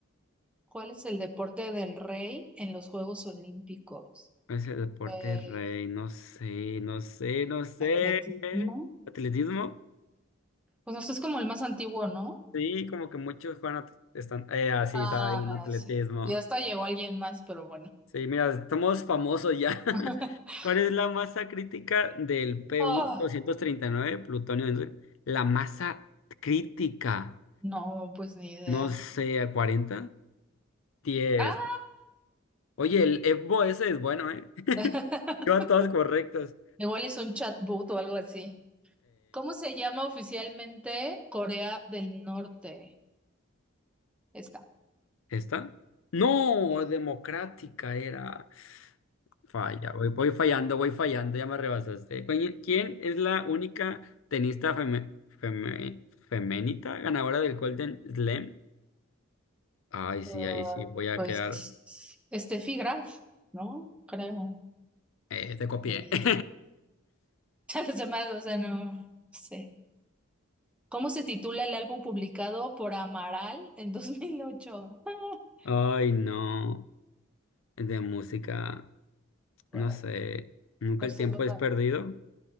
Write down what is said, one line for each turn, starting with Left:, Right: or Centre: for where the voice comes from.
Centre: ¿cuál es el deporte del rey en los Juegos Olímpicos?
Left: Ese deporte
Centre: Pues,
Left: rey, no sé, no sé, no sé.
Centre: atletismo.
Left: ¿Atletismo?
Centre: Pues no sé, es como el más antiguo, ¿no?
Left: Sí, como que muchos juegan at- están. Eh, ah, sí,
Centre: Ah,
Left: estaba bien,
Centre: mira,
Left: atletismo.
Centre: sí. Ya hasta llegó alguien más, pero bueno.
Left: Sí, mira, estamos famosos ya.
Centre: <laughs>
Left: <laughs> ¿Cuál es la masa crítica del pu
Centre: Oh,
Left: nueve plutonio? en- La masa crítica,
Centre: no, pues ni idea.
Left: no sé, 40 10.
Centre: Ah,
Left: Oye, el EBO ese es bueno, ¿eh? <laughs>
Centre: <laughs>
Left: Lleva todas correctas.
Centre: igual es un chatbot o algo así. ¿Cómo se llama oficialmente Corea del Norte? Está.
Left: ¿Esta? No,
Centre: bien.
Left: democrática era. Falla, voy, voy fallando, voy fallando, ya me rebasaste. ¿Quién quién es la única tenista feme- feme- femenita ganadora del Golden Slam? Ay, sí,
Centre: Ay,
Left: ahí sí, voy a
Centre: Pues
Left: quedar.
Centre: Steffi Graf, ¿no? Creo.
Left: Eh, te copié.
Centre: Eh,
Left: <laughs>
Centre: <laughs> los demás, o sea, no sé. ¿Cómo se titula el álbum publicado por Amaral en dos mil ocho <laughs>
Left: Ay, no, de música,
Centre: Para,
Left: no sé, nunca
Centre: no
Left: el
Centre: sé,
Left: tiempo
Centre: ¿verdad?
Left: es perdido.